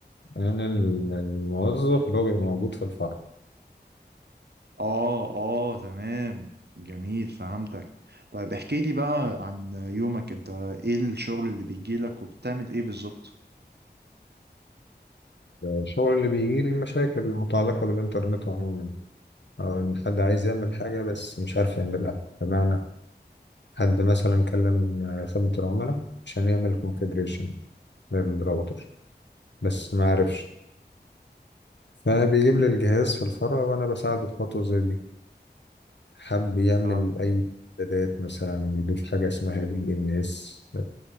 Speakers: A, on the left; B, on the right.
A: أنا ال- الموظف اللي هو بيبقى موجود في الفرع
B: اه اه تمام جميل فهمتك طيب احكي لي بقى عن يومك انت ايه الشغل اللي بيجي لك وبتعمل ايه بالظبط
A: الشغل اللي بيجي لي المشاكل المتعلقة بالإنترنت عموما أو إن حد عايز يعمل حاجة بس مش عارف يعملها بمعنى حد مثلا كلم خدمة العملاء عشان يعمل كونفيجريشن للراوتر بس ما عرفش فبيجيب لي الجهاز في الفرع وأنا بساعده في خطوة زي دي حب يعمل
B: فاهم
A: أي إعدادات مثلا يضيف حاجة اسمها دي إن إس